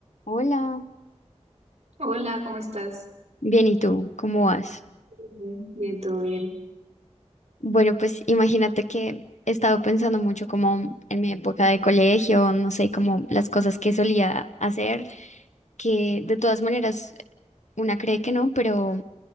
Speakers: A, on the left; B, on the right.
A: Hola,
B: Hola, ¿cómo estás?
A: bien, ¿y tú? ¿Cómo vas?
B: Bien, Bien, todo bien.
A: Bueno, pues imagínate que he estado pensando mucho como en mi época de colegio, no sé, como las cosas que solía hacer, que de todas maneras una cree que no, pero